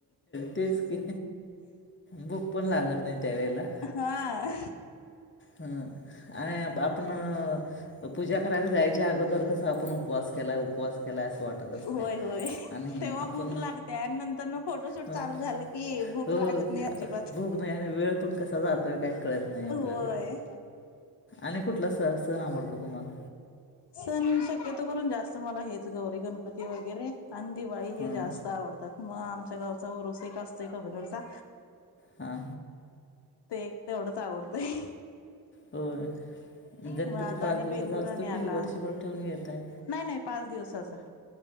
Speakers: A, on the left (about 30°); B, on the left (about 75°).
A: तेच की भूक पण लागत नाही त्यावेेळेला.
B: हां.
A: हं आणि आपण पूजा करायला जायच्या अगोदर कसं आपण उपवास केलाय उपवास केलाय असं वाटत असते
B: होय होय
A: आणि
B: तेव्हा
A: आपण
B: भूक लागते आणि नंतर मग फोटोशूट
A: अ,
B: चालू झाले. ये भूक
A: होय
B: लागत नाही अजिबात
A: भूक नाही आणि वेळ पण कसा जातोय काय कळत नाही आपल्याला
B: होय.
A: आणि कुठला स सण आवडतो तुम्हाला
B: सण शक्यतो करून जास्त मला हेच गौरी गणपती वगैरे आणि दिवाळी हे
A: हां
B: जास्त आवडतात मग आमच्या गावचा उरुस एक असतोय कबनूरचा
A: हा.
B: ते एक तेवढंच आवडतंय.
A: होय गणपती
B: मग आता
A: पाच
B: आणि
A: दिवसाचा
B: बेंदूराने
A: असतो
B: आला
A: की वर्षभर ठेवून घेताय.
B: नाही नाही पाच दिवसाचा.